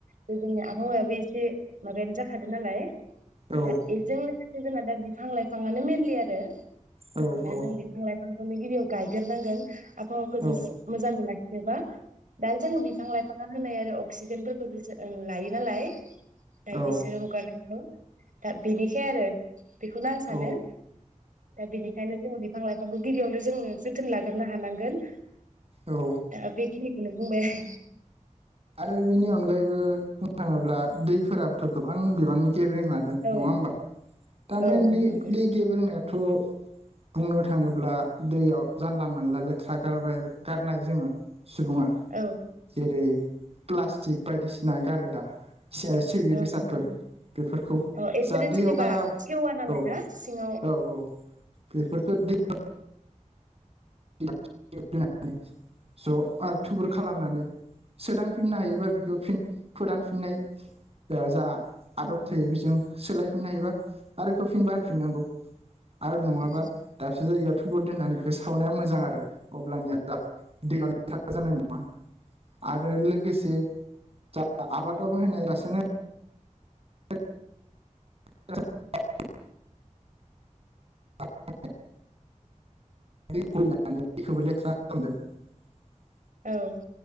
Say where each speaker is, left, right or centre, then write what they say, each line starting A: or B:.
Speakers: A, on the right; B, on the right.
A: बे जोंनि आबहावायाबो एसे माबायानो जाखादों नालाय
B: औ
A: दा बेजों लोगोसे जोंना दा बिफां लाइफांआनो मेनलि आरो
B: औ
A: दा
B: औ
A: जों बिफां लाइफां फांखौनो गिबियाव गायग्रोनांगोन आबहावाखौ जों
B: औ
A: मोजाङै लाखिनोबा दा जोङो बिफां लाइफां होनाय आरो अक्सिजेनफोरखौबो जों लायो नालाय। दा
B: औ
A: बिसोरो हगारनायखौ दा बेनिसै आरो बेखौनो आं सानो
B: औ
A: दा बेनिख बिफां लाइफांखौ गिबियावनो जोङो जोथोन लाग्रोनो हांगोन
B: औ
A: दा बेखिनि बुंबाय आं
B: आरो बेनि अनगायैबो बुंनो थाङोब्ला दैफोराबोथ' गोबां बिबांनि गेब्रें लादों
A: औ
B: नङा होमबा दा मइेनलि
A: औ नंगौ
B: दै गेब्रेंनायाथ'। बुंनो थाङोब्ला दैयाव जानला मोनानला लेथ्रा गारबाय गारनाय जोङो सुबुङा
A: औ
B: जेरै प्लास्टिक बायदिसिना गारो दा सिबि
A: औ
B: बेसादफोर
A: नंगौ
B: बेफोरखौ
A: औ बेफोरो
B: जा दैयाव
A: जेनेबा
B: गारा औ
A: सेवा नालाय ना सिङाव
B: औ औ। बेफोरखौ दै। ज' आरो थुबुर खालामनानै
A: औ
B: सोदांफिननो हायो। बेखौ फिन फोदानफिननाय जा आदब
A: औ
B: थायो बेजों - सोलायफिननो हायोबा आरो बेखौ फिन बाहफिननांगौ आरो नङाबा
A: औ
B: दाबसे जायगायाव। थुबुर दोननानै बेखौ सावनाया मोजां आरो अब्लानिया जा दैया लेथ्रा जानाय नङा। आरो लोगोसे जा आबादाव बाहायनाय रासायनारि <inaudible> <inaudible>
A: औ